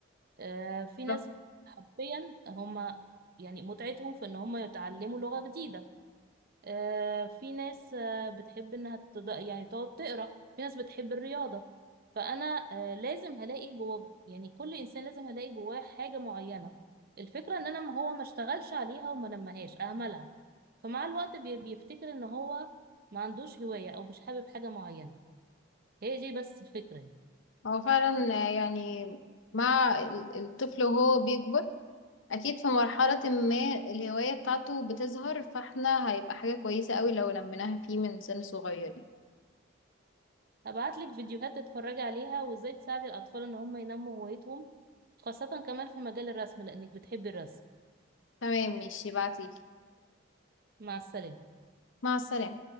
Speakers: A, on the right (about 50°); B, on the left (about 75°).
A: آه في
B: بالظبط.
A: ناس حرفيا هما يعني متعتهم في ان هما يتعلموا لغة جديدة آه، في ناس آه، بتحب انها تض... يعني تقعد تقرا في ناس بتحب الرياضة فانا آه، لازم هلاقي جوه يعني كل انسان لازم هلاقي جواه حاجة معينة الفكرة ان انا ما هو ما اشتغلش عليها وما نمهاش اهملها فمع الوقت بي... بيفتكر ان هو ما عندوش هواية او مش حابب حاجة معينة هي دي بس الفكرة يعني
B: هو فعلا آه، يعني مع ال- الطفل وهو بيكبر اكيد في مرحلة ما الهواية بتاعته بتظهر فاحنا هيبقى حاجة كويسة قوي لو نميناها فيه من سن صغير يعني
A: هبعتلك فيديوهات تتفرجي عليها وازاي تساعدي الاطفال ان هم ينموا هوايتهم خاصة كمان في مجال الرسم لانك بتحبي الرسم
B: تمام ماشي بعتيلي
A: مع السلامة
B: مع السلامة